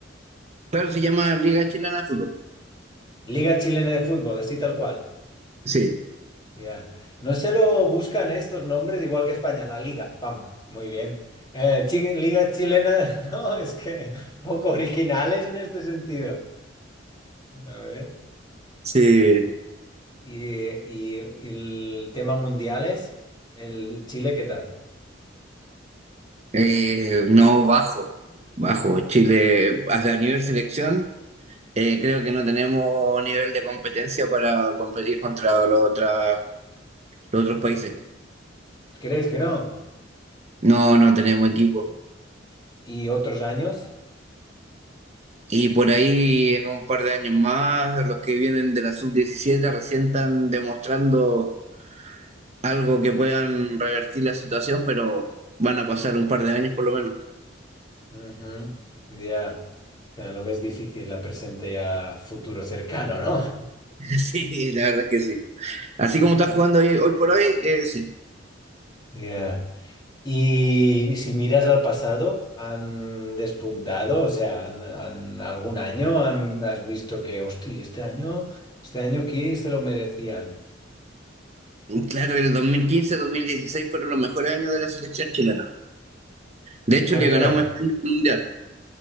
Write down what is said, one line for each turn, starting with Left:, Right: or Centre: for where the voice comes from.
Right: Claro, se llama Liga Chilena de Fútbol.
Left: Liga Chilena de Fútbol, así tal cual.
Right: Sí,
Left: Ya. No se lo buscan eh, estos nombres, igual que España, la liga. Pam, muy bien. Eh, chi- Liga Chilena, <laughs> no, es que poco originales en este sentido. A ver.
Right: sí.
Left: Y, y- y el tema mundiales, el Chile, ¿qué tal?
Right: Eh, no, bajo, bajo. Chile, hasta a nivel selección, eh, creo que no tenemos nivel de competencia para competir contra los, otras- los otros países.
Left: ¿Crees que no?
Right: No, no tenemos equipo.
Left: ¿Y otros años?
Right: Y por ahí, en un par de años más, los que vienen de la sub diecisiete recién están demostrando algo que puedan revertir la situación, pero van a pasar un par de años por lo menos.
Left: Ujú. Ya, Ya lo ves difícil a presente y a futuro cercano, ¿no?
Right: <laughs> Sí, la verdad es que sí. Así
Left: Mm.
Right: como está jugando hoy, hoy por hoy, eh, sí.
Left: Ya. Y si miras al pasado, ¿han despuntado? O sea, ¿han, han- algún año han- has visto que, hostia, este año, este año aquí se lo merecían?
Right: Claro, el 2015-2016 fueron los mejores años de la selección chilena. De hecho,
Left: ¿Por
Right: le
Left: qué?
Right: ganamos a España en el Mundial.